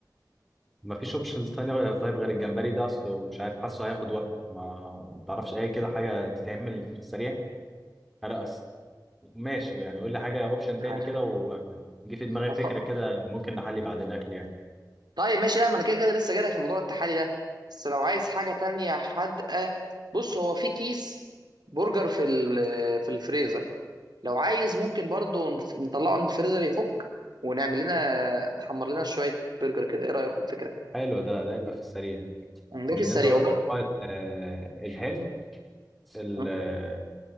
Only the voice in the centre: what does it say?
<laughs> ما فيش اوبشنز تانية غير- طيب غير الجمبري ده اصله مش عارف حاسه هياخد وقت ما تعرفش اي كده حاجة تتعمل في السريع هرقص ماشي يعني قول لي حاجة اوبشن
تاني كده وجي في دماغي
فكرة كده ممكن نحلي بعد الاكل يعني
حلو ده ده يبقى في السريع
بالنسبه
بقى
للموبايل، آه، الحلو ال-
آه،